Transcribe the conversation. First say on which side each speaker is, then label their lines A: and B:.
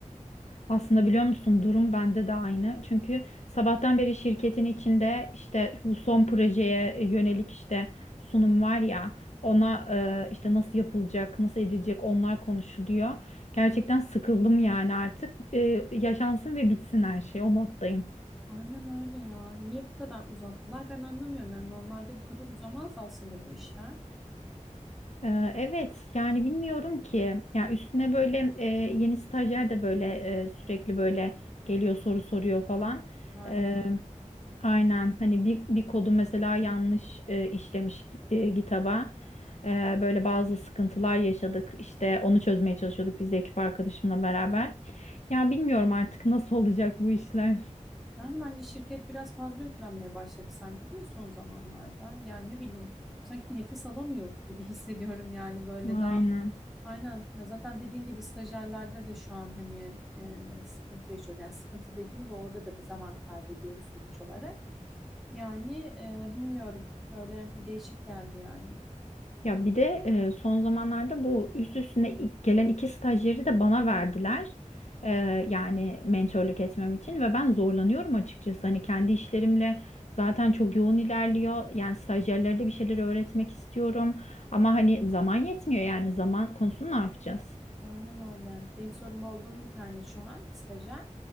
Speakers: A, on the left; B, in the centre.
A: Aslında biliyor musun durum bende de aynı. Çünkü sabahtan beri şirketin içinde işte bu son projeye yönelik işte sunum var ya ona e, işte nasıl yapılacak, nasıl edilecek onlar konuşuluyor. Gerçekten sıkıldım yani artık. E, yaşansın ve bitsin her şey o moddayım.
B: Aynen öyle ya. Niye bu kadar uzattılar? Ben anlamıyorum. Yani normalde bu kadar uzamaz aslında bu işler.
A: Ee, Evet yani bilmiyorum ki ya üstüne böyle e, yeni stajyer de böyle e, sürekli böyle geliyor soru soruyor falan
B: Aynen aynen.
A: Ee, aynen hani bir, bir kodu mesela yanlış e, işlemiş e, GitHub'a Ee, böyle bazı sıkıntılar yaşadık işte onu çözmeye çalışıyorduk biz de ekip arkadaşımla beraber ya bilmiyorum artık nasıl <laughs> olacak bu işler
B: Yani bence şirket biraz fazla yüklenmeye başladı sanki değil mi son zamanlarda? Yani ne bileyim. Sanki nefes alamıyor gibi <laughs> hissediyorum yani böyle
A: aynen.
B: daha Aynen. Ya zaten dediğin gibi stajyerlerde de şu an hani e, sıkıntı yaşıyoruz. Yani sıkıntı dediğim de orada da bir zaman kaybediyoruz sonuç olarak. Yani e, bilmiyorum. Böyle bir değişik geldi yani.
A: Ya bir de e, son zamanlarda bu üst üstüne ilk gelen iki stajyeri de bana verdiler. E, yani mentörlük etmem için ve ben zorlanıyorum açıkçası. Hani kendi işlerimle zaten çok yoğun ilerliyor. Yani stajyerlere de bir şeyler öğretmek istiyorum. Ama hani zaman yetmiyor yani zaman konusunu ne yapacağız?
B: Aynen öyle. Benim sorum olduğum bir tane şu an stajyer.